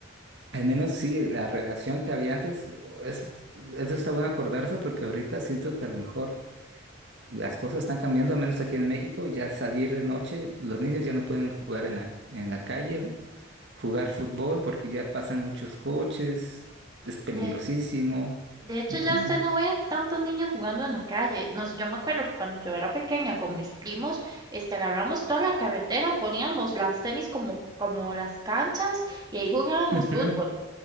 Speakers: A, on the right; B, on the right.
A: Al menos sí, la relación que había antes, o- eso, eso está bueno acordarse porque ahorita siento que a lo mejor las cosas están cambiando, al menos aquí en México, ya salir de noche, los niños ya no pueden jugar en la, en la calle, jugar fútbol porque ya pasan muchos coches, es peligrosísimo.
B: Eh, De hecho,
A: Ujú,
B: ya usted no ve tantos niños jugando en la calle. Nos- yo me acuerdo que cuando yo era pequeña con mis primos, este, agarramos toda la carretera, poníamos las tenis como, como las canchas y ahí jugábamos
A: ujú,
B: fútbol.